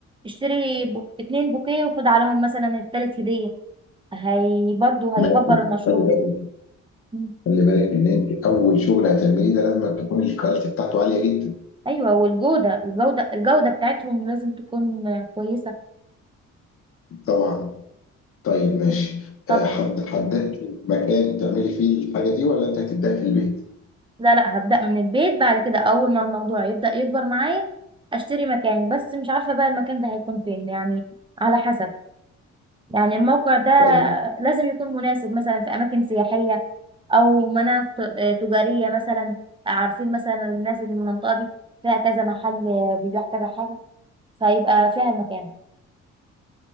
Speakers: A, on the right; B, on the left.
A: اشتري بو- اتنين بوكيه وخد عليهم مثلا التالت هديه هي برضو هيكبر
B: ماشي
A: المشروع
B: طيب،
A: مم.
B: خلي بالك ان انت اول شغل هتعمليه ده لازم تكون الكواليتي بتاعته عاليه جدا
A: ايوه والجوده الجوده الجوده بتاعتهم لازم تكون آه، كويسه
B: طبعا طيب ماشي
A: طب
B: آه، حد حددت مكان تعملي فيه الحاجه دي ولا انت هتبداي في البيت
A: لا لا هبدأ من البيت بعد كده أول ما الموضوع يبدأ يكبر معايا أشتري مكان بس مش عارفة بقى المكان ده هيكون فين يعني على حسب يعني الموقع ده
B: طيب
A: لازم يكون مناسب مثلا في أماكن سياحية أو مناطق آه، تجارية مثلا عارفين مثلا الناس اللي من المنطقة دي فيها كذا محل آه، بيبيع كذا حاجة فيبقى فيها المكان